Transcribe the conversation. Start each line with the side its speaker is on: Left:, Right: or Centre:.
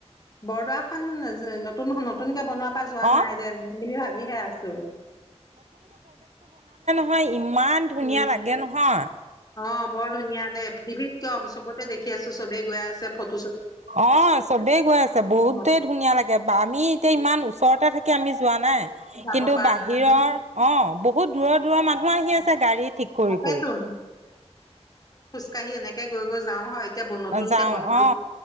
Left: বৰদোৱা খন নতুন খন নতুনকে বনোৱা পা যোৱা
Right: অ',
Left: নাই দে যাম বুলি ভাবিহে আছো
Right: হয় ইমান ধুনীয়া
Left: উম
Right: লাগে নহয়
Left: অ বৰ ধুনীয়া দে টিভিত কিয় চবতে দেখি আছো চবে গৈ আছে ফট
Right: অ চবেই গৈ আছে বহুতেই
Left: অ
Right: ধুনীয়া লাগে আমি এতিয়া ইমান ওচৰতে থাক কি আমি যোৱা নাই
Left: যাব
Right: কিন্তু
Left: পৰা
Right: বাহিৰৰ
Left: নাই আমি
Right: অ বহুত দূৰৰ দূৰৰ মানুহ আহি আছে গাড়ী ঠিক কৰি
Left: তাকেতো
Right: কৰি
Left: কাঢ়ি এনেকে গৈ গৈ যাওঁ হয় এতিয়া নতুন
Right: যাওঁ
Left: কে বনালে
Right: অ